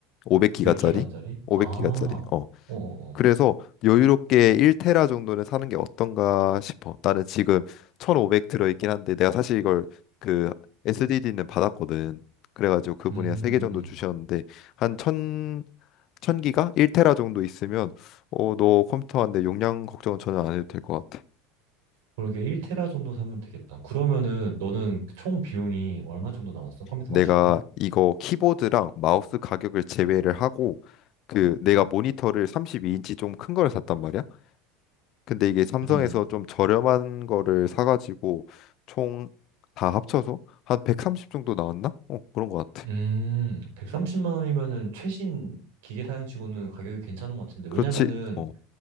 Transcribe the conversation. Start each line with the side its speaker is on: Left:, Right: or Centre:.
Left: 500기가짜리.
Right: 몇 기가짜리?
Left: 500기가짜리.
Right: 아, 어어어.
Left: 그래서 여유롭게 1테라 정도는 사는 게 어떤가 싶어. 나는 지금 1500 들어있긴 한데 내가 사실 이걸 그 SDD는 받았거든. 그래가지고 그분이
Right: 음,
Left: 한 3개
Right: 음,
Left: 정도
Right: 음.
Left: 주셨는데 한 1000, 기가 1테라 정도 있으면 어, 너 컴퓨터한데 용량 걱정은 전혀 안 해도 될 것 같아.
Right: 그러게 1테라 정도 사면 되겠다. 그러면은 너는 총 비용이 얼마 정도 나왔어? 컴퓨터
Left: 내가
Right: 맞출 때?
Left: 이거 키보드랑 마우스 가격을 제외를 하고 그 내가 모니터를 32인치 좀 큰 걸 샀단 말이야. 근데 이게 삼성에서
Right: 음,
Left: 좀 저렴한 거를 사가지고 총 다 합쳐서 한 130 정도 나왔나? 어, 그런 것 같아.
Right: 음, 130만 원이면은 최신 기계 사양치고는 가격이 괜찮은 것 같은데, 왜냐면은
Left: 그렇지. 어,